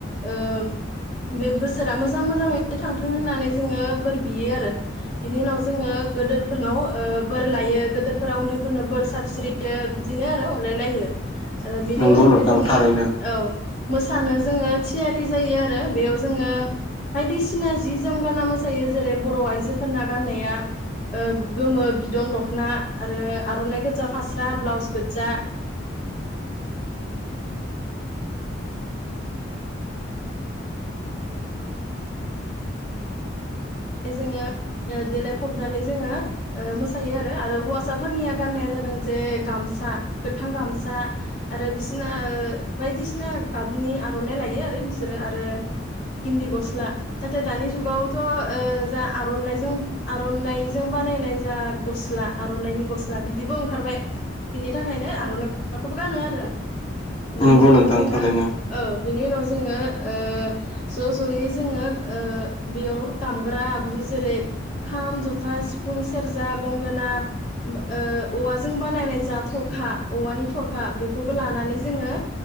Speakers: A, on the left; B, on the left.
A: ओ बे बोसोरा मोजां मोजाङैनो थांथों होननानै जोङो बोर बियो आरो बिनि उनाव जोङो गोदोरफोरनाव ओ बोर लायो गोदोरफोरनाव उन्दैफोरनाव बोर साबस्रि यो बिदिनो आरो अनलायलायो। आरो बिनि
B: नंगौ
A: उननिफ्राय
B: नोंथां
A: जोङो
B: थारैनो
A: औ मोसानो जोङो थियारि जायो आर आरो बेयाव जोङो बायिदसिना जि जोम गानना मोसायो जेरै बर' आइजोफोरना गाननाया ओ गोमो बिदन दखन ना आरो आर'नाइ गोजा फास्रा ब्लाउस गोजजा जोङो देलायफबनानै जोङो मोसायो आरो आरो हौवासाफोरनिया गाननाया जादों जे गामसा गोथां गामसा आरो बिसना बायदिसिना गाबनि आर'नाइ लायो आरो बिसोरो आरो गिन्दि गस्ला नाथाय दानि जुगावथ' ओ जा आर'नाजों आर'नाइजों बानायनाय जा गस्ला आर'नाइनि गस्ला बिदिबो ओंखारबाय बिनि थाखायनो आर'नाइ गस्लाखौबो गानो आरो।
B: नंगौ
A: बेनि
B: नोंथां
A: उनाव जोङो
B: थारैनो
A: औ बिनि उनाव जोङो ओ ज' ज'यै ओ जोङो बेयाव दामग्रा आगजु जेरै खाम जथा सिफुं सेरजा गंगोना ओ औवाजों बानायनाय जा थरखा औवानि थरखा बेखौबो लानानै जोङो